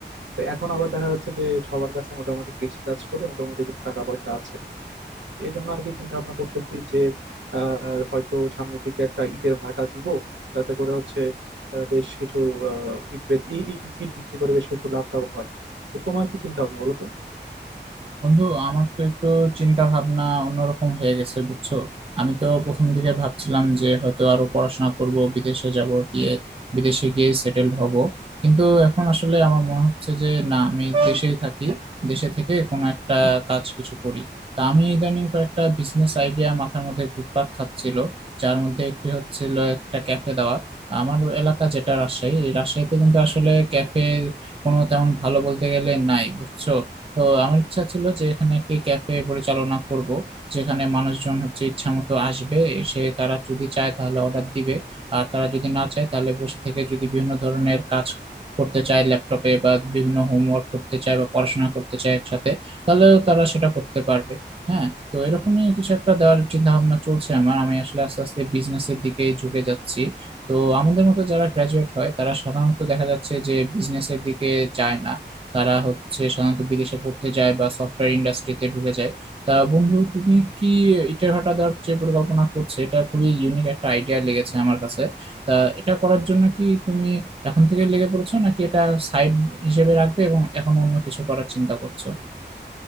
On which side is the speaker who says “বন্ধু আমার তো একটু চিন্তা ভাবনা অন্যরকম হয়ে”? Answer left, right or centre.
Right